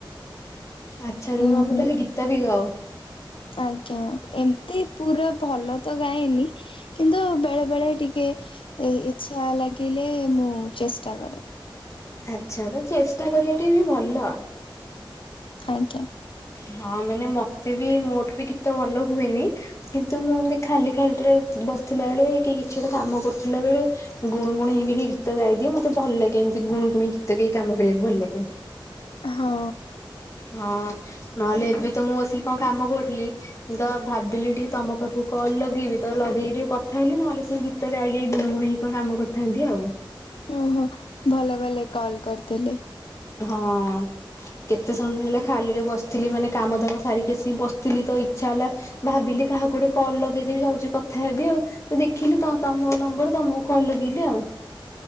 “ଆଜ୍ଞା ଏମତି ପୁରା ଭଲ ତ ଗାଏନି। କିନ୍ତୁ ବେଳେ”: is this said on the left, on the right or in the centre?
Left